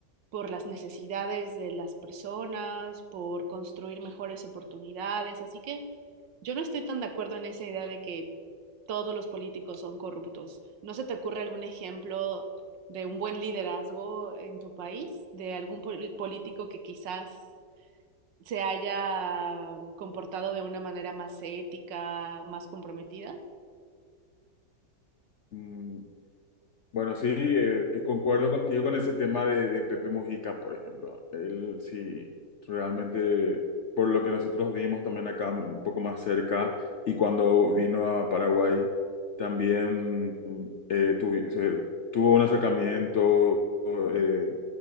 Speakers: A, on the right (about 80°); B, on the left (about 65°).
A: por las necesidades de las personas, por construir mejores oportunidades. Así que yo no estoy tan de acuerdo en esa idea de que todos los políticos son corruptos. ¿No se te ocurre algún ejemplo de un buen liderazgo en tu país, de algún pol- político que quizás se haya comportado de una manera más ética, más comprometida?
B: Mm, Bueno, sí, eh, eh, concuerdo contigo con ese tema de, de Pepe Mujica, por ejemplo. Él sí, realmente, por lo que nosotros vimos también acá un poco más cerca, y cuando vino a Paraguay, también eh, tuvi- se- tuvo un acercamiento, eh,